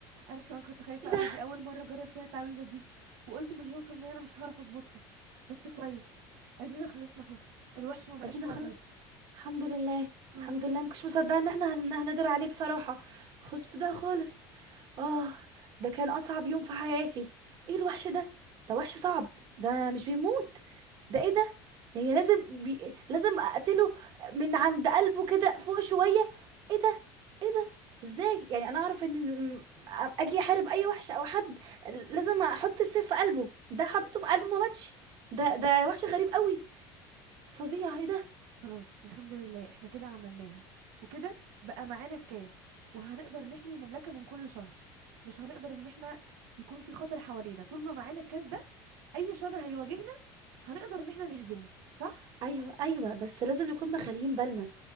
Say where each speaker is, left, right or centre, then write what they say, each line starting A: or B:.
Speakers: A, on the right; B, on the right.
A: انا كمان كنت خايفه
B: ايه
A: قوي
B: ده
A: دي اول مره اجرب فيها التعويذه دي وقلت مليون في الميه انا مش هعرف اظبطها بس كويس ادينا خلصنا اهو الوحش ما بقاش
B: عايزين
A: موجود
B: نخلص الحمد لله
A: آه،
B: الحمد لله مكنتش مصدقه ان احنا هن- هنقدر عليه بصراحه خش ده خالص اه ده كان اصعب يوم في حياتي ايه الوحش ده ده وحش صعب ده مش بيموت ده ايه ده يعني لازم بي... لازم اقتله من عند قلبه كده فوق شويه ايه ده ايه ده ازاي يعني انا اعرف ان الم- اجي احارب اي وحش او حد لازم احط السيف في قلبه ده حطيته في قلبه ما ماتش ده ده وحش غريب قوي فظيع ايه ده
A: خلاص الحمد لله احنا كده عملناها وكده بقى معانا الكاس وهنقدر نحمي المملكه من كل شر مش هنقدر ان احنا يكون في خطر حوالينا طول ما معانا الكاس ده اي شر هيواجهنا هنقدر ان احنا نهزمه صح
B: ايوه ايوه بس لازم نكون مخليين بالنا